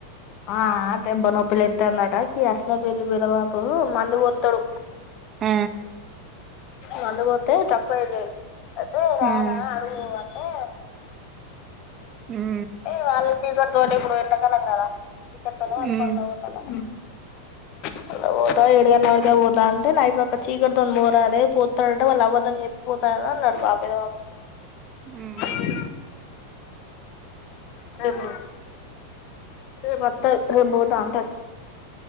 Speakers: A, on the left; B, on the right.
A: ఆ దెబ్బ నొప్పి లేత్తందట అసనపెల్లి పేదబాపు మందు పోతడు
B: ఆ
A: మందు పోతే తకువయింది అదే రానా
B: ఉమ్
A: అడుగు అంటే
B: ఉమ్
A: ఏ వాళ్ళు ఫివర్ ఇప్పుడు ఎండకాలం గద ఇక తనే వాళ్ళ
B: ఉమ్
A: పనికి పోతన పోతా ఏడుగన్న వరకి పోతా అంటే నైట్ చీకట్ తోని పోరాదే పోతాడాట వాళ్ళు అవతోని చెప్పిపోతాడని అన్నాడు పేదబాపు
B: ఉమ్
A: మే క్ష తేపొ రేపు అతని రేపుబోదా అంట